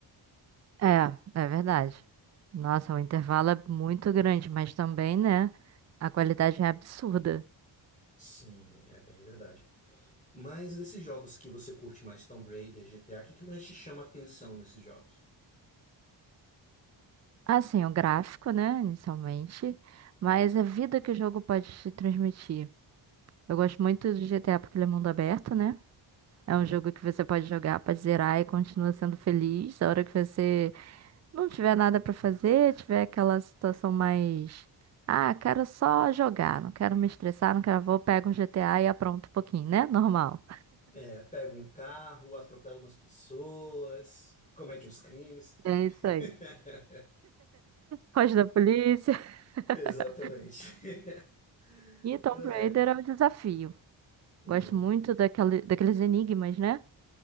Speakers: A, on the right; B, on the left.
A: É, é verdade. Nossa, o intervalo é muito grande, mas também, né? A qualidade é absurda.
B: Sim, é bem verdade. Mas desses jogos que você curte mais, Tomb Raider, GTA, o que que mais te chama atenção nesses jogos?
A: Assim, o gráfico, né, inicialmente, mas a vida que o jogo pode te transmitir. Eu gosto muito do GTA porque ele é mundo aberto, né?
B: Uhum.
A: É um jogo que você pode jogar, pode zerar e continua sendo feliz. A hora que você não tiver nada pra fazer, tiver aquela situação mais. Ah, quero só jogar, não quero me estressar, não quero. Vou, pego um GTA e apronto um pouquinho, né? Normal.
B: É, pega um carro, atropela umas pessoas, comete uns crimes.
A: É
B: <laughs>
A: isso aí. Foge da polícia. <laughs>
B: Exatamente. <laughs>
A: E Tomb
B: Ai.
A: Raider é o desafio.
B: Uhum.
A: Gosto muito daquele, daqueles enigmas, né?